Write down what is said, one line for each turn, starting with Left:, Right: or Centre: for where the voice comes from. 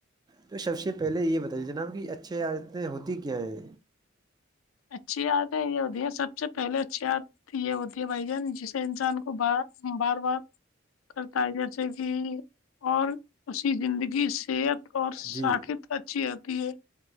Right: تو سب سے پہلے یہ بتائیے جناب کہ اچھی عادتیں ہوتی کیا ہیں
Left: اچھی د ہے یہ ہوتی ہے سب سے پہلے اچھی د تو یہ ہوتی ہے بھائی جان جسے انسان کو بار بار بار کرتا ہے جیسے کہ اور اسسی زندگی صحت اور سااکت
Right: جی
Left: اچھی ہوتی ہے